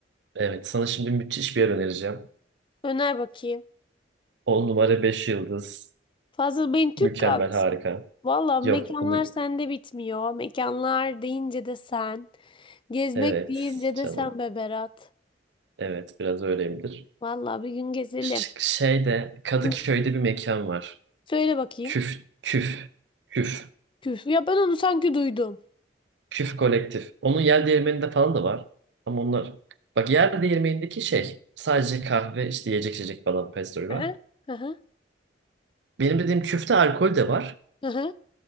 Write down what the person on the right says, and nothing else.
Evet sana şimdi müthiş bir yer önereceğim.
10 numara 5 yıldız.
Mükemmel
harika.
Yok onu...
Evet
canım.
Evet biraz öyleyimdir.
Ş- Şeyde Kadıköy'de
bir mekan var.
Küf, küf, küf,
küf kolektif. Onun yer değirmeninde falan da var. Ama onlar bak yer değirmenindeki şey sadece kahve işte yiyecek içecek falan pastry var.
Benim dediğim küfte alkol de var.